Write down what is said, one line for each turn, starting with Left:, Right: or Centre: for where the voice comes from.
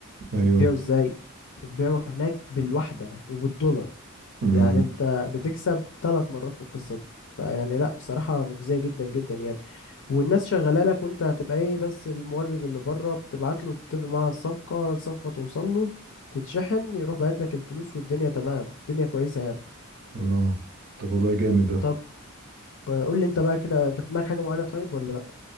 Right: ايوه
Left: بتبيعه ازاي بتبيعه هناك بالوحدة وبالدولار
Right: امم
Left: يعني انت بتكسب ثلاث مرات في القصة دي فيعني لا بصراحة مجزية جدا جدا يعني والناس شغاله لك وانت هتبقى ايه بس المورد اللي بره بتبعت له تتفق معاه على الصفقه الصفقه توصل له تتشحن يروح باعت لك الفلوس والدنيا تمام الدنيا كويسه يعني
Right: اه طب والله جامد ده
Left: طب آه، قول لي انت بقى كده انت في دماغك حاجه معينه طيب ولا لا